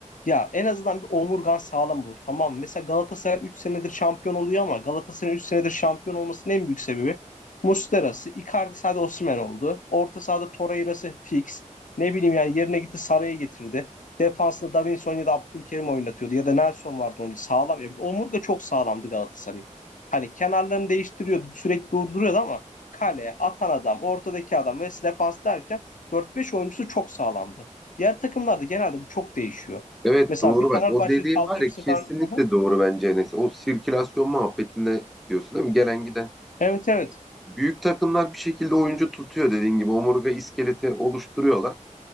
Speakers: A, on the left; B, in the centre.
A: ya en azından bir omurgan sağlam olur. Tamam. Mesela Galatasaray 3 senedir şampiyon oluyor ama Galatasaray'ın 3 senedir şampiyon olmasının en büyük sebebi Muslera'sı, Icardi hadi Osimhen oldu. Orta sahada Torreira'sı fix. Ne bileyim yani yerine gitti Saray'ı getirdi. Defansında Davinson ya da Abdülkerim oynatıyordu ya da Nelson vardı önce sağlam. Ya, omurga çok sağlamdı Galatasaray'ın. Hani kenarlarını değiştiriyordu, sürekli durduruyordu ama kaleye atan adam, ortadaki adam ve defans derken dört beş oyuncusu çok sağlamdı. Diğer takımlarda genelde bu çok değişiyor.
B: Evet
A: Mesela
B: doğru
A: bir
B: bak.
A: Fenerbahçe'nin
B: O dediğin
A: kadro
B: var
A: hepsini
B: ya kesinlikle
A: falan. Aha,
B: doğru bence Enes. O sirkülasyon muhabbetinde diyorsun değil mi? Gelen giden.
A: Evet evet.
B: Büyük takımlar bir şekilde oyuncu tutuyor dediğin gibi. Omurga iskeleti oluşturuyorlar.